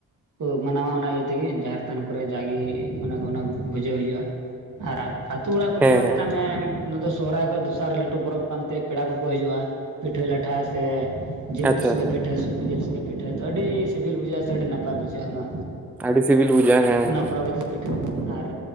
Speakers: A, on the right (about 55°); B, in the centre.
A: ᱠᱚ ᱢᱟᱱᱟᱣᱟ ᱚᱱᱟ ᱤᱭᱟᱹ ᱛᱮᱜᱮ ᱡᱟᱦᱮᱨ ᱛᱷᱟᱱ ᱠᱚᱨᱮ ᱡᱟᱜᱮ ᱚᱱᱟ ᱚᱱᱟ ᱵᱩᱡᱷᱟᱹᱣ ᱦᱩᱭᱩᱜᱼᱟ ᱟᱨ ᱟᱛᱩ ᱚᱲᱟᱜ ᱠᱚᱨᱮ
B: ᱦᱮᱸ
A: ᱫᱚ ᱦᱟᱸᱜ
B: ᱦᱮᱸ
A: ᱢᱮᱛᱟᱜ ᱢᱮ ᱱᱚᱣᱟ ᱫᱚ ᱥᱚᱦᱨᱟᱭ ᱫᱚᱥᱟᱨ ᱞᱟᱹᱴᱩ ᱯᱚᱨᱚᱵᱽ ᱠᱟᱱᱛᱮ ᱯᱮᱲᱟ ᱠᱚᱠᱚ ᱦᱤᱡᱩᱜᱼᱟ ᱯᱤᱴᱷᱟᱹ ᱞᱟᱴᱷᱟ ᱥᱮ ᱡᱤᱞ
B: ᱟᱪᱪᱷᱟ
A: ᱩᱛᱩ ᱥᱚᱸᱜᱮ
B: ᱟᱪᱪᱷᱟ
A: ᱯᱤᱴᱷᱟᱹ ᱥᱩᱠᱨᱤ ᱡᱤᱞ ᱥᱚᱸᱜᱮ ᱯᱤᱴᱷᱟᱹ ᱛᱚ ᱟᱹᱰᱤ ᱥᱤᱵᱤᱞ ᱵᱩᱡᱷᱟᱹᱜ-ᱟ ᱥᱮ ᱟᱹᱰᱤ ᱱᱟᱯᱟᱭ ᱵᱩᱡᱷᱟᱹᱜ-ᱟ ᱚᱱᱟ᱾
B: ᱟᱹᱰᱤ ᱥᱤᱵᱤᱞ ᱵᱩᱡᱷᱟᱹᱼᱟ ᱦᱮᱸ
A: ᱚᱱᱟ
B: ᱦᱮᱸ
A: ᱯᱚᱨᱚᱵᱽ ᱯᱤᱴᱷᱟᱹ ᱟᱨ